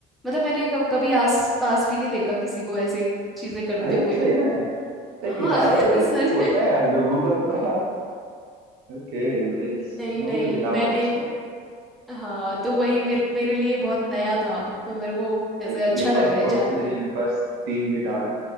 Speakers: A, in the centre; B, on the right.
A: मतलब मैंने कब, कभी आस पास भी नहीं देखा किसी को ऐसे चीजें करते
B: अरे
A: हुए
B: सही में लाइक
A: हाँ
B: गिटार
A: <laughs>
B: तो लाइक
A: सच
B: होता है लोगों का थोड़ा ओके नाइस
A: नहीं
B: मुझे
A: नहीं
B: तो गिटार
A: मैंने
B: बहुत पसंद है
A: हाँ तो वही मेरे मेरे लिए बहुत नया था तो मेरे को ऐसे
B: लाइक
A: अच्छा
B: मेरे
A: लगा
B: पास
A: ये
B: पर्सनली
A: जान के
B: मेरे पास तीन गिटार हैं